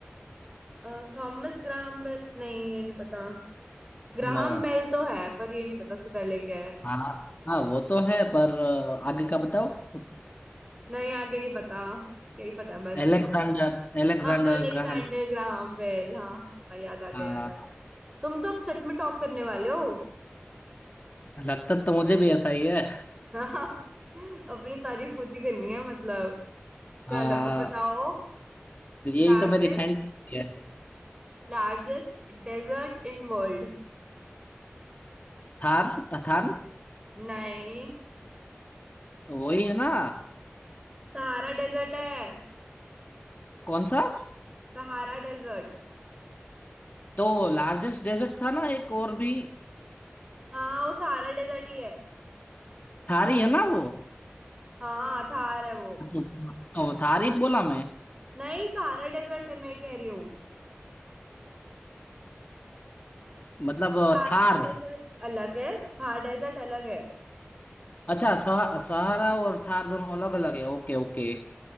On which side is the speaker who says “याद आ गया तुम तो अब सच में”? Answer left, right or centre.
Right